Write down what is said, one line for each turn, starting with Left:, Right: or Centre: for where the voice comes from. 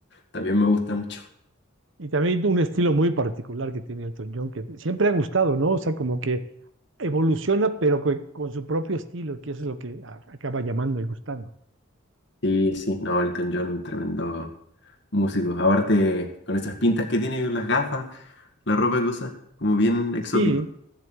Left: También me gusta mucho.
Right: Y también un estilo muy particular que tiene Elton John, que siempre ha gustado, ¿no? O sea, como que evoluciona, pero co- con, su propio estilo, que eso es lo que a- acaba llamando y gustando.
Left: Sí, sí, no, Elton John, tremendo músico. Aparte, con esas pintas que tiene, las gafas, la ropa que usa, como bien exótico.
Right: Sí,